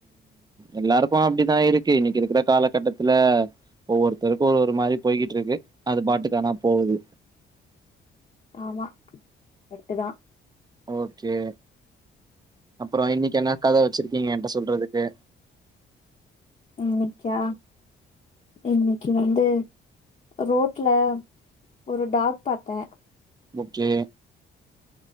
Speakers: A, on the right (about 20°); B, on the left (about 35°).
A: எல்லாருக்கும் அப்டிதா இருக்கு இன்னைக்கு இருக்கிற காலகட்டத்துல ஒவ்வொருத்தருக்கும் ஒரு ஒரு மாதிரி போய்கிட்டு இருக்கு அது பாட்டுக்கானா போது
B: ஆமா கரட்டுத்தா
A: ஓகே அப்புறம் இன்னிக்கி என்ன கத வச்சிருக்கீங்க ஏன்ட சொல்றதுக்கு
B: இன்னைக்கா இன்னைக்கு வந்து ரோட்ல ஒரு டாக் பார்த்தேன்
A: ஓகே